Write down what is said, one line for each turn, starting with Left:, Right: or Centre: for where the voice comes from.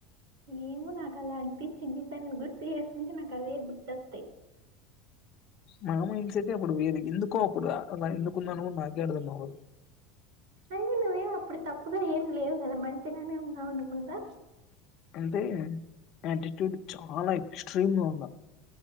Right: ఏమో నాకలా అనిపించింది తను గుర్తు చేసుకుంటే నాకు అవే గుర్తోస్తాయి అ
Left: నా మైండ్ సెట్ ఏ అప్పుడు వేరు ఎందుకో అప్పుడు అలా ఎందుకున్నానో కూడా నాకే అర్థమవ్వదు
Right: అయ్యో నువ్వేం అప్పుడు తప్పుగా ఏం లేవు కదా మంచిగానే ఉన్నావు అనుకుంటా
Left: అంటే యాటిట్యూడ్ చాలా ఎక్స్ట్రీమ్గా ఉన్నా